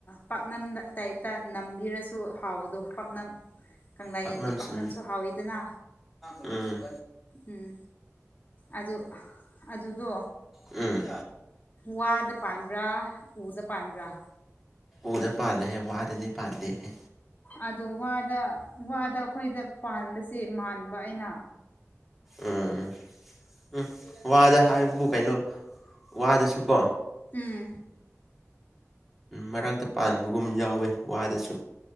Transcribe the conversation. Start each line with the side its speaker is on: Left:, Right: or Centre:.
Left: ꯄꯥꯛꯅꯝ ꯇꯥꯏꯞꯇ ꯅꯝꯕꯤꯔꯁꯨ ꯍꯥꯎꯕꯗꯣ ꯄꯥꯛꯅꯝ ꯀꯪꯂꯥꯌꯦꯟꯒꯤ
Centre: ꯄꯥꯛꯅꯝꯁꯤꯟ
Left: ꯄꯥꯛꯅꯝꯁꯨ ꯍꯥꯎꯋꯤꯗꯅ
Centre: ꯎꯝ
Left: ꯎꯝ ꯑꯗꯨ ꯑꯗꯨꯗꯣ
Centre: ꯎꯝ
Left: ꯋꯥꯗ ꯄꯥꯟꯕ꯭ꯔꯥ ꯎꯗ ꯄꯥꯟꯕ꯭ꯔꯥ
Centre: ꯎꯗ ꯄꯥꯜꯂꯦ ꯋꯥꯗꯗꯤ ꯄꯥꯗꯦꯍꯦ
Left: ꯑꯗꯣ ꯋꯥꯗ ꯋꯥꯗ ꯑꯩꯈꯣꯏꯗ ꯄꯥꯟꯕꯁꯦ ꯃꯥꯟꯕ ꯑꯩꯅ
Centre: ꯎꯝꯝ ꯎꯝ ꯋꯥꯗ ꯍꯥꯏꯕꯨ ꯀꯩꯅꯣ ꯋꯥꯗꯁꯨꯀꯣ
Left: ꯎꯝ
Centre: ꯃꯔꯛꯇ ꯄꯥꯟꯕꯒꯨꯝ ꯌꯥꯎꯋꯦ ꯋꯥꯗꯁꯨ